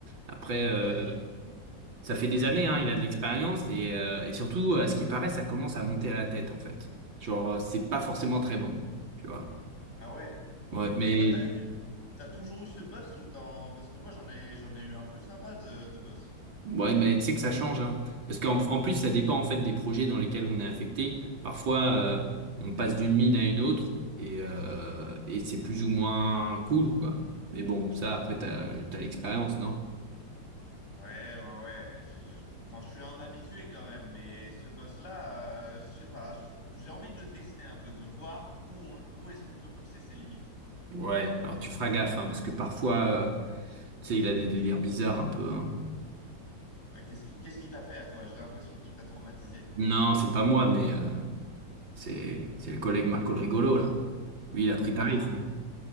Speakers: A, on the right; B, on the left.
A: Après, euh,
B: Ouais, il-
A: ça fait des années, hein, il a de l'expérience. Et, euh, et surtout, à ce qui paraît, ça commence à monter à la tête, en fait. Genre, c'est pas forcément très bon, tu vois.
B: ah ouais.
A: Ouais, mais
B: Mais toi, t'as eu, t'as toujours eu ce boss ou t'en... Parce que moi j'en ai, j'en ai eu un plus sympa de, de boss.
A: Ouais, mais tu sais que ça change, hein. Parce qu'en en plus, ça dépend en fait des projets dans lesquels on est affecté. Parfois, euh, on passe d'une mine à une autre et, euh, et c'est plus ou moins cool, quoi. Mais bon, ça, après, t'as, t'as l'expérience, non?
B: Ouais, ouais, ouais. Je, je- enfin, je suis un habitué quand même, mais ce boss-là, euh, je sais pas, je- j'ai envie de le tester un peu, de voir où, on- où est-ce qu'on peut pousser ses limites.
A: Ouais, alors tu feras gaffe, hein, parce que parfois, euh, tu sais, il a des délires bizarres un peu, hein.
B: Euh, Qu'est-ce qui, qu'est-ce qu'il t'a fait à toi? J'ai l'impression qu'il t'a traumatisé.
A: Non, c'est pas moi, mais euh, c'est c'est le collègue Marco le Rigolo, là. Lui, il a pris
B: Ah,
A: tarif.